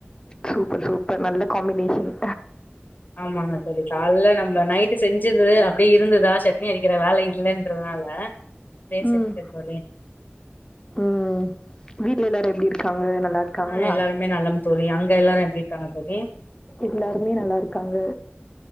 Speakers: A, on the left; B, on the left.
A: சூப்பர் சூப்பர் நல்ல காமினேஷன்
B: ஆமாங்க தோழி கால்லே நம்ம நைட்டு செஞ்சது அப்படியே இருந்ததா சட்னி அரைக்கிற வேல இல்லன்றதுனால அப்டியே
A: ம்
B: செஞ்சுட்டே தோழி
A: ம் வீட்ல எல்லாரு எப்டி இருக்காங்க நல்லா இருக்காங்களா?
B: ஆ எல்லாருமே நலம் தோழி அங் அங்க எல்லாரும் எப்டிருக்காங்க தோழி
A: எல்லாருமே நல்லா இருக்காங்க